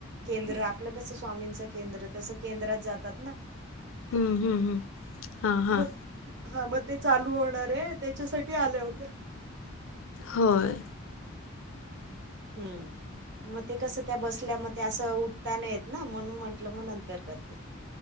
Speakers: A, on the right; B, on the left.
A: केंद्र आपलं कसं स्वामींचं केंद्र तसं केंद्रात जातात ना
B: हम्म हम्म हम्म हा हा
A: मग हा मग ते चालु होणार आहे त्याच्यासाठी आल्या होत्या
B: होय
A: हम्म म ते कसं त्या बसल्या म ते अस उठता नाय येत ना म्हणून म्हंटलं म नंतर करते